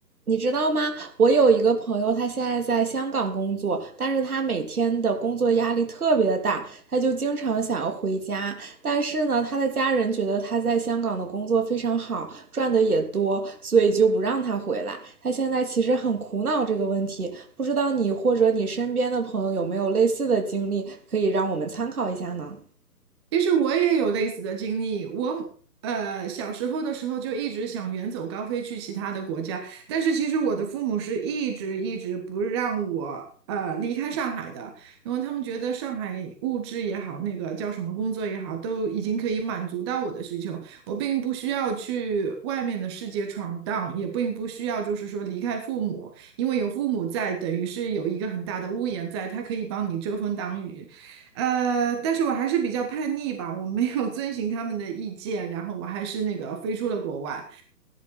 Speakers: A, on the right; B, on the right.
A: 你知道吗？我有一个朋友，他现在在香港工作，但是他每天的工作压力特别的大，他就经常想要回家。但是呢，他的家人觉得他在香港的工作非常好，赚的也多，所以就不让他回来。他现在其实很苦恼这个问题，不知道你或者你身边的朋友有没有类似的经历，可以让我们参考一下呢？
B: 其实我也有类似的经历，我呃小时候的时候就一直想远走高飞去其他的国家，但是其实我的父母是一直一直不让我呃离开上海的，因为他们觉得上海物质也好，那个叫什么工作也好，都已经可以满足到我的需求，我并不需要去外面的世界闯荡，也并不需要就是说离开父母，因为有父母在，等于是有一个很大的屋檐在，他可以帮你遮风挡雨。呃，但是我还是比较叛逆吧，我没有遵循他们的意见，然后我还是那个飞出了国外。